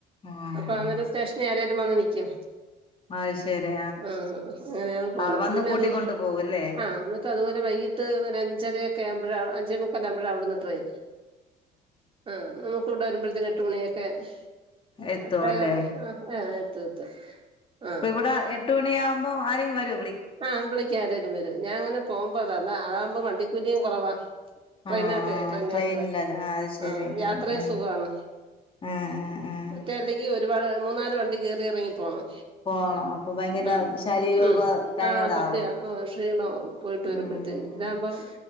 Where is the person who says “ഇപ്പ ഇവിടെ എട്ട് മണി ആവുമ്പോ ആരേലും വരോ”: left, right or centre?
Left